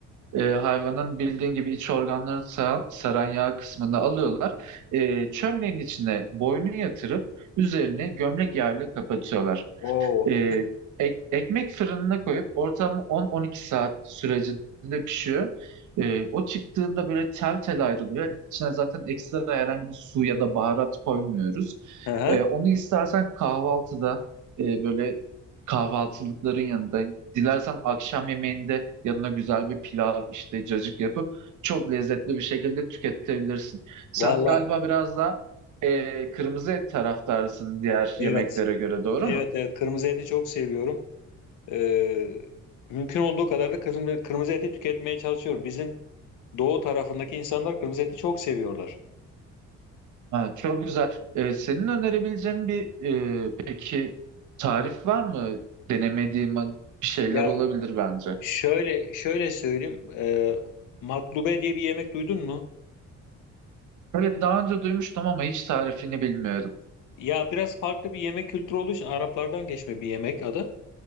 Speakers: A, on the right; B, on the left.
A: Ee, hayvanın bildiğin gibi iç organlarını saran, saran yağ kısmını alıyorlar. Ee, çömleğin içine boynu yatırıp üzerine gömlek yağıyla kapatıyorlar.
B: Oo,
A: Ee, ek- ekmek fırınına koyup ortamı 10-12 saat sürecinde pişiyor. Ee, o çıktığında böyle tel tel ayrılıyor. İçine zaten ekstra herhangi bir su ya da baharat koymuyoruz.
B: aha.
A: Ee, onu istersen kahvaltıda e, böyle kahvaltılıkların yanında, dilersen akşam yemeğinde yanına güzel bir pilav işte cacık yapıp çok lezzetli bir şekilde tüketebilirsin. Sen
B: Vallahi
A: galiba biraz daha e, kırmızı et taraftarısın diğer
B: evet.
A: yemeklere göre, doğru
B: Evet,
A: mu?
B: evet. Kırmızı eti çok seviyorum. Ee, mümkün olduğu kadar da kırmızı, kırmızı eti tüketmeye çalışıyorum. Bizim doğu tarafındaki insanlar kırmızı eti çok seviyorlar.
A: Ha, çok güzel. Ee, senin önerebileceğin bir e, peki tarif var mı? Denemediğim bir şeyler
B: Ya
A: olabilir bence.
B: şöyle şöyle söyleyeyim. Ee, maklube diye bir yemek duydun mu?
A: Evet daha önce duymuştum ama hiç tarifini bilmiyorum.
B: Ya biraz farklı bir yemek kültürü olduğu için Araplardan geçme bir yemek adı.